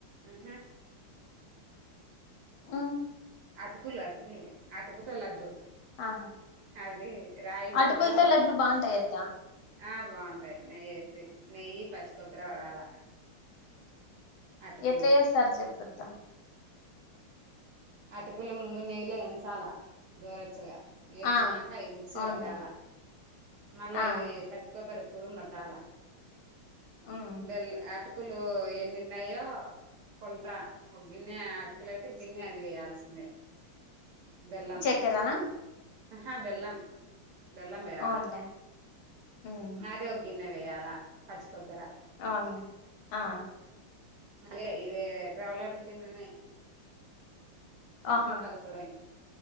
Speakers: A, on the right; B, on the left.
A: ఆ
B: ఉమ్
A: అటుకులు అటుకులు అటుకుతో లడ్లు
B: ఆహా
A: అది రాయిపిండ్తో
B: అటుకులతో లడ్లు బాగుంటాయి అత్త
A: ఆ బాగుంటాయి నెయ్యేసి నెయ్యి పచ్చి కొబ్బరి వడాల అటుకులు
B: ఎట్లా చేస్తారు చెప్పుత్త
A: అటుకుల ముందు నెయ్యలో వేంచాలా దోరెచ్చగా వేయించినాక
B: ఆ
A: అవి మిక్సీ
B: అవునులే
A: పట్టాలా మళ్ళ
B: ఆ
A: ఇది పచ్చికొబ్బరి తురుమ్ బట్టాలా
B: ఉమ్
A: బెల్ అటు టుకులు ఎన్ని ఉన్నాయో కొలత ఒక గిన్నె ఆటుకులు అయితే గిన్నె అది వేయాల్సిందే బెల్లం
B: చక్కెరనా
A: ఆహా బెల్లం బెల్లం వేయాల
B: అవునులే ఉమ్
A: అది ఒ గిన్నె వేయాల పచ్చి కొబ్బరి
B: అవునులే ఆ
A: మళ్ళా ఇది రవ్వలడ్డు తిందనే
B: ఆహా
A: కలపడమే